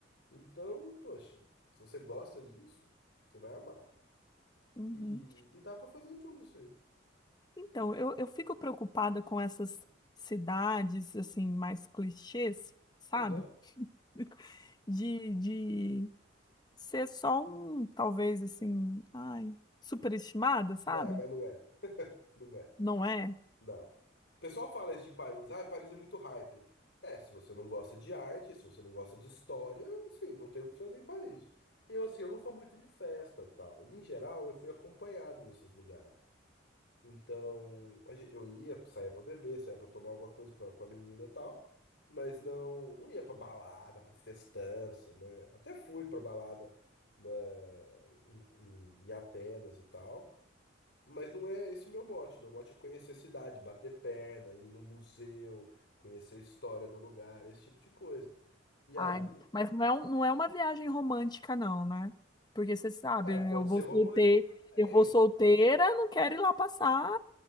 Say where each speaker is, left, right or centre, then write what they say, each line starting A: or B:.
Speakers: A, on the left (about 60°); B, on the left (about 20°).
A: Então, poxa, se você gosta disso, você vai amar.
B: uhum.
A: E, e dá pra fazer tudo isso aí.
B: Então, eu, eu fico preocupada com essas cidades, assim, mais clichês, sabe?
A: Aham.
B: <laughs> De, de ser só um, talvez, assim, ai, superestimada, sabe?
A: Não, é, mas não é. Não é.
B: Não é?
A: Não. O pessoal fala isso de Paris, ah, Paris é muito hype. É, se você não gosta de arte, se você não gosta de história, assim, não tem o que fazer em Paris. E eu, assim, eu não sou muito de festa, tal. E, em geral, eu fui acompanhado nesses lugares. Então, a gen- eu ia, saía pra beber, saía pra tomar alguma coisa com a, com a menina, e tal, mas não, não ia pra balada, pra festança, né? Até fui pra balada na, em, em em Atenas e tal. Mas não é esse o meu mote. Meu mote é conhecer a cidade, bater perna, ir no museu, conhecer a história do lugar, esse tipo de coisa. E
B: Ai,
A: aí,
B: mas não é, um- não é uma viagem romântica, não, né? Porque você sabe,
A: cara,
B: né,
A: pode
B: eu vou
A: ser romântico
B: solteira,
A: também.
B: eu vou solteira, não quero ir lá passar,